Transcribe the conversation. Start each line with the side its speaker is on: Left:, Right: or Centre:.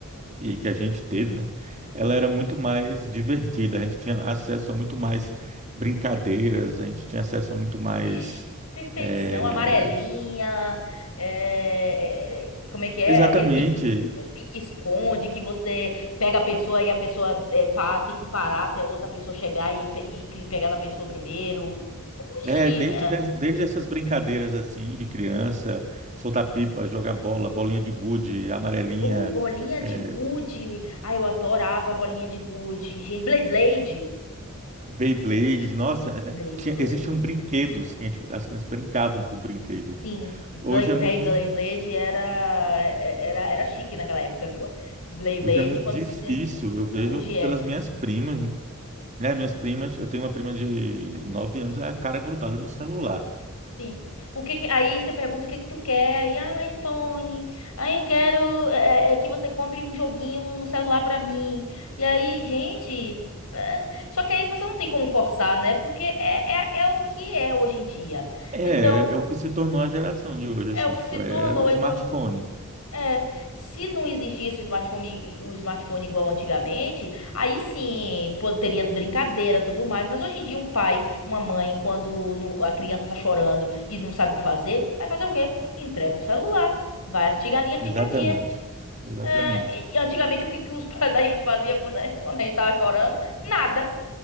Right: e que a gente teve, né? Ela era muito
Left: Sim.
Right: mais divertida. A gente tinha acesso a muito mais brincadeiras, a gente tinha acesso a muito mais
Left: Oxi, Perfeição,
Right: é,
Left: amarelinha, é, é, como é que é?
Right: Exatamente,
Left: Aquele pique, pique-esconde que você pega a pessoa e a pessoa é, pá, tem que parar até outra pessoa chegar e, pe- e cli- pegar na pessoa primeiro. Oxi,
Right: É, desde,
Left: é,
Right: des- desde essas brincadeiras assim de criança, soltar pipa, jogar bola, bolinha de gude, amarelinha,
Left: ou bolinha
Right: é,
Left: de gude. Ai, eu adorava a bolinha de gude. Gente, Beyblade.
Right: Beyblade, nossa, é,
Left: Beyblade.
Right: tinha- existiam brinquedos que a gente- as crianças brincavam com brinquedos.
Left: Sim, Bey-
Right: Hoje é muito,
Left: véi,
Right: dif-
Left: Beyblade era, é, é, era, era chique naquela época, viu? Beyblade,
Right: hoje é muito
Left: quando
Right: difícil,
Left: se...
Right: eu vejo
Left: Hoje
Right: pelas
Left: é.
Right: minhas primas, né? Minhas primas, eu tenho uma prima de nove anos, é a cara grudada no celular.
Left: Sim. O que que- aí você pergunta o que que tu quer, aí, ah, um iPhone, aí eu quero é, é, é que você compre um joguinho no celular pra mim. E aí, gente, é, só que aí você não tem como forçar, né? Porque é, é, é o que é hoje em dia.
Right: É,
Left: Então,
Right: é o que se tornou a geração de hoje, assim,
Left: é o
Right: tipo,
Left: que se
Right: é
Left: tornou,
Right: o smartphone.
Left: então é, se não existisse o smartphone, o smartphone igual antigamente, aí sim pô, teria as brincadeiras, e tudo mais. Mas hoje em dia, um pai, uma mãe, quando não- a criança está chorando e não sabe o que fazer, vai fazer o quê? Entrega o celular, vai assistir Galinha Pintadinha.
Right: Exatamente, exatamente.
Left: É, e antigamente, o que, que os <laughs> pais da gente fazia quando, a- quando a gente tava chorando? Nada.